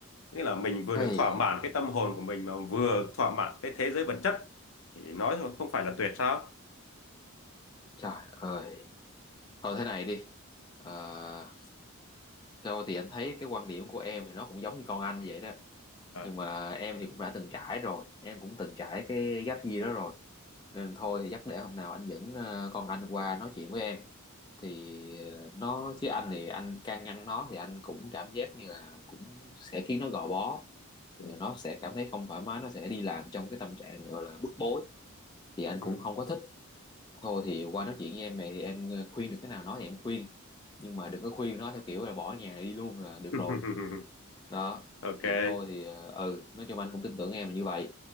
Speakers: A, on the left; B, on the left.
A: nghĩa là mình vừa
B: hey,
A: được thỏa mãn cái tâm hồn của mình mà vừa thỏa mãn cái thế giới vật chất thì nói thôi, không phải là tuyệt sao
B: trời ơi thôi thế này đi Ờ, theo thì anh thấy cái quan điểm của em thì nó cũng giống như con anh vậy đó
A: à.
B: nhưng mà em thì cũng đã từng trải rồi em cũng từng trải cái gap year đó rồi nên thôi thì chắc để hôm nào anh dẫn ờ, con anh qua nói chuyện với em thì ờ, nó chứ anh thì anh can ngăn nó thì anh cũng cảm giác như là cũng sẽ khiến nó gò bó
A: ừ.
B: Rồi nó sẽ cảm thấy không thoải mái nó sẽ đi làm trong cái tâm trạng gọi là bức bối thì anh
A: ừ.
B: cũng không có thích thôi thì qua nói chuyện với em này thì em ờ, khuyên được cái nào nói thì em khuyên nhưng mà đừng có khuyên nó theo kiểu là bỏ nhà đi luôn là được
A: <laughs>
B: rồi đó
A: ok
B: thì thôi thì ờ, ừ nói chung anh cũng tin tưởng em là như vậy